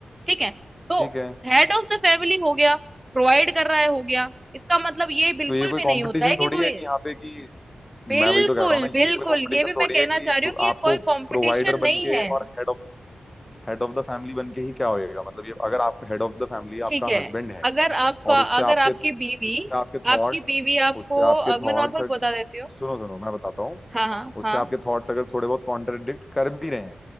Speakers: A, on the right; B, on the left.
A: ठीक है तो
B: ठीक है
A: हेड ऑफ द फैमिली हो गया प्रोवाइड कर रहा है हो गया इसका मतलब ये बिल्कुल
B: तो ये कोई
A: भी
B: कंपटीशन
A: नहीं होता है
B: थोड़ी
A: कि वो
B: है कि यहाँ पे कि
A: बिल्कुल
B: मैं वही तो कह रहा हूँ ना ये
A: बिल्कुल
B: कोई कंपटीशन
A: ये भी
B: थोड़ी
A: मैं कहना
B: है कि
A: चाह रही हूँ कि
B: आपको
A: ये कोई कंपटीशन
B: प्रोवाइडर
A: नहीं
B: बन के
A: है
B: और हेड ऑफ हेड ऑफ द फैमिली बन के ही क्या होएगा मतलब ये अगर आप हेड ऑफ द फैमिली
A: ठीक
B: आपका
A: है
B: हस्बैंड है
A: अगर आपका
B: और उससे
A: अगर
B: आपके
A: आपकी
B: उससे
A: बीवी
B: आपके थॉट्स
A: आपकी बीवी आपको
B: उससे आपके
A: अ,
B: थॉट्स
A: मैं नॉर्मल बता देती हूँ
B: सुनो सुनो मैं बताता हूँ
A: हाँ हाँ
B: उससे
A: हाँ
B: आपके थॉट्स अगर थोड़े बहुत कॉन्ट्रडिक्ट कर भी रहे हैं